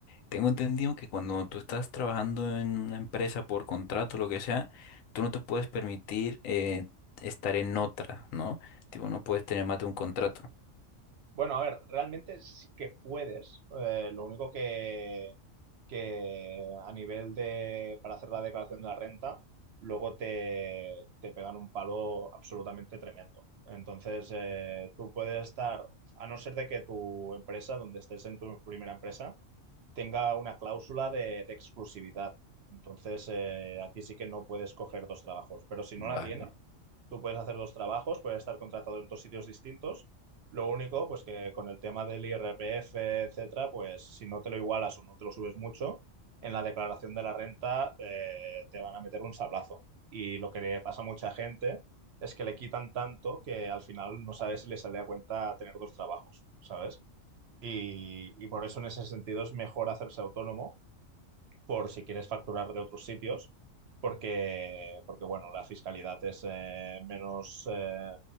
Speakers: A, on the left (about 90°); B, on the right (about 60°).
A: tengo entendido que cuando tú estás trabajando en una empresa por contrato, lo que sea, tú no te puedes permitir eh, estar en otra, ¿no? Tipo, no puedes tener más de un contrato.
B: Bueno, a ver, realmente sí que puedes. eh, lo único que, que a nivel de, para hacer la declaración de la renta, luego te, te pegan un palo absolutamente tremendo. Entonces, eh, tú puedes estar, a no ser de que tu empresa, donde estés en tu primera empresa, tenga una cláusula de, de exclusividad. Entonces, eh, aquí sí que no puedes coger dos trabajos. Pero si no la
A: Vale.
B: Tú puedes hacer dos trabajos, puedes estar contratado en dos sitios distintos. Lo único, pues que con el tema del IRPF, etcétera, pues si no te lo igualas o no te lo subes mucho, en la declaración de la renta eh, te van a meter un sablazo. Y lo que le pasa a mucha gente es que le quitan tanto que al final no sabes si le sale a cuenta tener dos trabajos, ¿sabes? Y, y por eso en ese sentido es mejor hacerse autónomo por si quieres facturar de otros sitios, porque, porque bueno, la fiscalidad es eh, menos, eh,